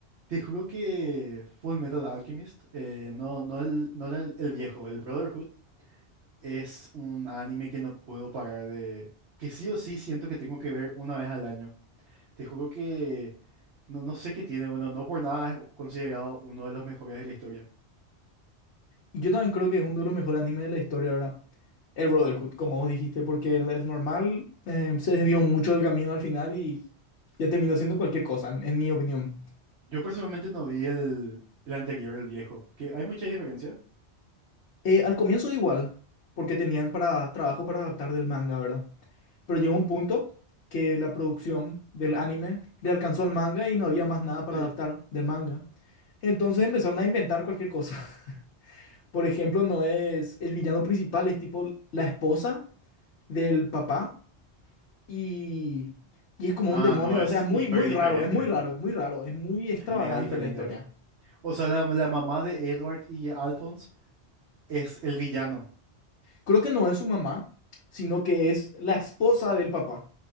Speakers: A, on the right; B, on the left.
A: Te juro que Full Metal Alchemist, eh, no, no, el, no era el, el viejo, el Brotherhood, es un anime que no puedo parar de... que sí o sí siento que tengo que ver una vez al año. Te juro que no, no sé qué tiene, bueno, no por nada es considerado uno de los mejores de la historia.
B: Yo también creo que es uno de los mejores animes de la historia ahora. El Brotherhood, como vos dijiste, porque el, el normal eh, se desvió mucho del camino al final y ya terminó siendo cualquier cosa, en, en mi opinión.
A: Yo personalmente no vi el, el anterior, el viejo, que hay mucha diferencia.
B: Eh, al comienzo igual, porque tenían para, trabajo para adaptar del manga, ¿verdad? Pero llegó un punto que la producción del anime le alcanzó al manga y no había más nada para
A: Sí.
B: adaptar del manga. Entonces empezaron a inventar cualquier cosa. <laughs> Por ejemplo, no es el villano principal, es tipo la esposa del papá y, y es como
A: Ah,
B: un demonio,
A: no, es
B: o sea, es muy,
A: hiper
B: muy
A: diferente
B: raro, es muy
A: esto.
B: raro, es muy raro, es muy extravagante
A: Es mega diferente
B: la historia.
A: esto. O sea, la, la mamá de Edward y Alphonse es el villano.
B: Creo que no es su mamá, sino que es la esposa del papá.